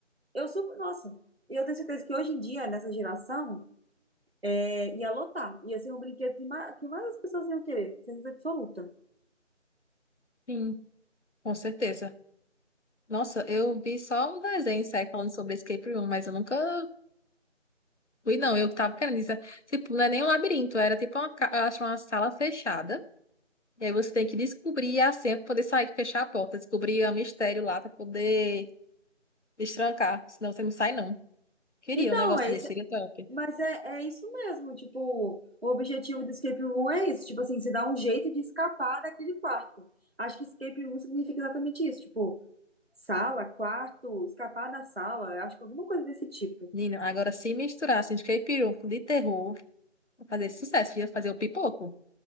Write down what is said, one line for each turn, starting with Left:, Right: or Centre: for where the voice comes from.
Right: Eu super, nossa, eu tenho certeza que hoje em dia, nessa geração, é, ia lotar. Ia ser um brinquedo que mais, que mais as pessoas iam querer. Certeza absoluta.
Left: Sim, com certeza. Nossa, eu vi só um desenho, sério, falando sobre escape room, mas eu nunca fui, não. Eu tava querendo dizer, tipo, não é nem um labirinto, era tipo uma, ca- eu acho uma sala fechada E aí você tem que descobrir a senha para poder sair, fechar a porta, descobrir o mistério lá para poder destrancar, senão você não sai não. Queria
Right: Então,
Left: um negócio
Right: é
Left: desse,
Right: isso
Left: seria top.
Right: Mas é, é isso mesmo, tipo, o objetivo do escape room é isso, tipo assim, se dá um jeito de escapar daquele quarto. Acho que escape room significa exatamente isso, tipo, sala, quarto, escapar da sala, acho que alguma coisa desse tipo.
Left: Nino, agora se misturasse escape room de terror, ia fazer sucesso, ia fazer o pipoco.